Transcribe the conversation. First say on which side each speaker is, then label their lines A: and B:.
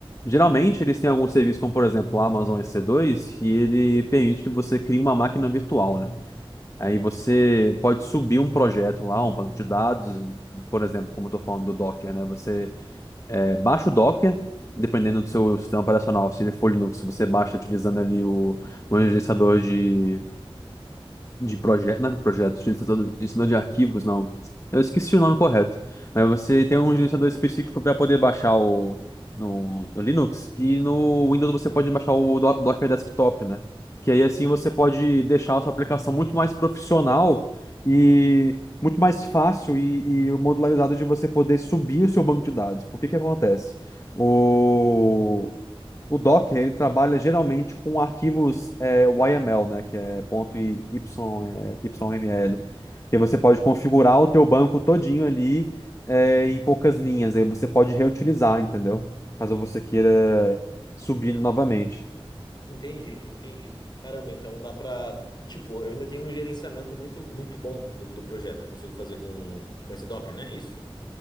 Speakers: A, on the left; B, on the left.
A: Geralmente eles têm algum serviço, como por exemplo o Amazon EC2, que ele permite que você crie uma máquina virtual, né? Aí você pode subir um projeto lá, um banco de dados, por exemplo, como eu estou falando do Docker, né? Você é, baixa o Docker, dependendo do seu sistema operacional. Se ele for Linux, você baixa utilizando ali o, o gerenciador de de projeto, não é projeto, de gerenciador gerenciador de arquivos, não. Eu esqueci o nome correto. Mas você tem um gerenciador específico para poder baixar o no, no Linux e no Windows você pode baixar o Do- Docker Desktop, né? Que aí assim você pode deixar a sua aplicação muito mais profissional e muito mais fácil e, e modularizado de você poder subir o seu banco de dados. Por que que acontece? O O Docker, ele trabalha geralmente com arquivos é o YML, né? Que é ponto y, Y- é, YML. E você pode configurar o teu banco todinho ali é, em poucas linhas. Aí você pode reutilizar, entendeu? Caso você queira subir novamente.
B: Entendi, entendi. Caramba, então dá pra. Tipo, eu ainda tenho um gerenciamento muito, muito bom do, do projeto. Eu consigo fazer com, com esse Docker, né? É isso?